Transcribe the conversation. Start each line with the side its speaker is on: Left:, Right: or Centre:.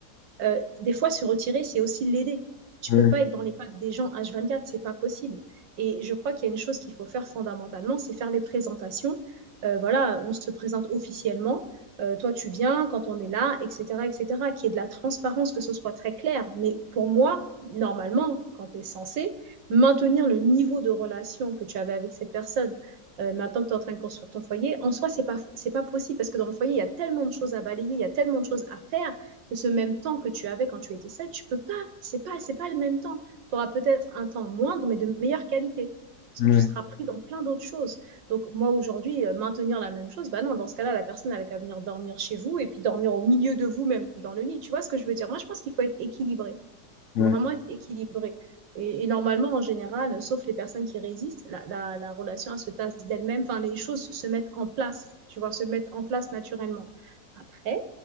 Right: euh, des fois, se retirer, c'est aussi l'aider. Tu
Left: Ouais,
Right: peux pas être dans les pattes des gens H24, c'est pas possible. Et je crois qu'il y a une chose qu'il faut faire fondamentalement, c'est faire les présentations. Euh, voilà, on se présente officiellement. Euh, toi, tu viens quand on est là, etc., etc. Qu'il y ait de la transparence, que ce soit très clair. Mais pour moi, normalement, quand tu es censé maintenir le niveau de relation que tu avais avec cette personne, euh, maintenant que tu es en train de construire ton foyer, en soi, c'est pas, c'est pas possible parce que dans le foyer, il y a tellement de choses à balayer, il y a tellement de choses à faire que ce même temps que tu avais quand tu étais seule, tu peux pas. C'est pas, c'est pas le même temps. Tu auras peut-être un temps moindre, mais de meilleure qualité. Parce
Left: ouais,
Right: que tu seras pris dans plein d'autres choses. Donc, moi, aujourd'hui, euh, maintenir la même chose, bah non, dans ce cas-là, la personne, elle a qu'à venir dormir chez vous et puis dormir au milieu de vous, même dans le lit. Tu vois ce que je veux dire Moi, je pense qu'il faut être équilibré. Il
Left: ouais,
Right: faut vraiment être équilibré. Et, et, normalement, en général, sauf les personnes qui résistent, la, la, la relation, elle se tasse d'elle-même. Enfin, les choses se mettent en place, tu vois, se mettent en place naturellement. Après,